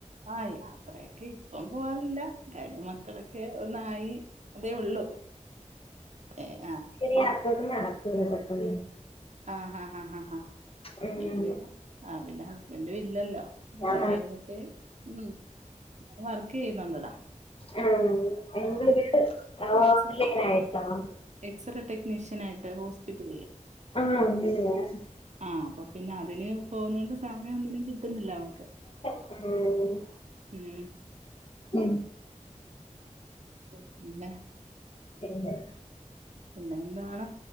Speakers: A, on the right; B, on the left.
A: ആഹ് യാത്രയൊക്കെ ഇപ്പം പോവാറില്ല കാര്യ മക്കളൊക്കെ ഒന്നായി അതേ ഉള്ളൂ ഏ ആഹ്
B: ശരിയാത്തും നടക്കൂല്ല ഒപ്പം
A: ആഹ് ആഹ് ആഹ്
B: ഉം.
A: <unintelligible> ആ പിന്നെ ഹസ്ബന്റ് ഇല്ലല്ലോ വന്ന്
B: ആ
A: കഴിഞ്ഞ ഏ ഉം വർക്ക് ചെയ്യുന്നുണ്ടടാ
B: ആ എന്തെയ്തിട്ട്
A: ആ,
B: ആ
A: എക്സ
B: ഓൺലൈൻ ആയിട്ടോ ആഹ്
A: എക്സ്റേ ടെക്നീഷ്യൻ ആയിട്ട് ഹോസ്പിറ്റലിൽ
B: ആ <unintelligible>
A: ആ അപ്പൊ പിന്നെ അതിന് പോകുന്ന കൊണ്ട് സമയം ഒന്നിനും കിട്ടുന്നില്ല നമ്മുക്ക്
B: ഉം
A: ഉം
B: ഉം
A: ഉം പിന്നെ
B: പിന്നെ
A: പിന്നെന്താണ്